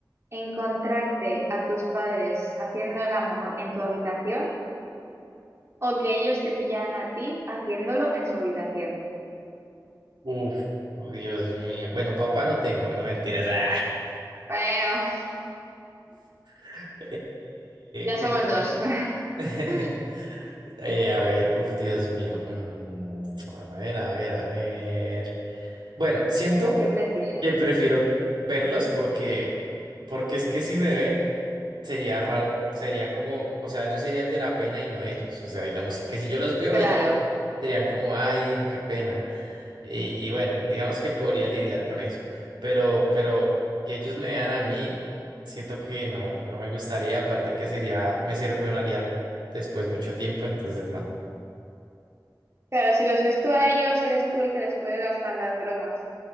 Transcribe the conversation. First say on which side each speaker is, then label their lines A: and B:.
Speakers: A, on the right (about 35°); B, on the right (about 80°).
A: ¿Encontrarte a tus padres haciendo el amor en tu habitación o que ellos te pillaran a ti haciéndolo en su habitación?
B: Uf, oh, Dios mío. Bueno, papá no tengo, no mentiras. Ah.
A: Bueno,
B: <laughs>
A: <laughs> ya
B: Eh, uf.
A: somos dos.
B: <laughs>
A: <laughs>
B: Eh, a ver, uf, Dios mío. Mm, a ver, a ver, a ver. Bueno, siento
A: ¿Qué prefieres?
B: que prefiero verlos porque, porque es que si me ven, sería raro, sería como, o sea, yo sería el de la pena y no ellos. O sea, digamos que si yo los veo,
A: Claro,
B: ellos Serían como, ay, hijo, qué pena. Y, y bueno, digamos que podría lidiar con eso. Pero, pero que ellos me vean a mí, siento que no, no me gustaría. Aparte que sería, me sermonearían después mucho tiempo, entonces no.
A: claro, si los ves tú a ellos, eres tú el que les puede gastar las bromas.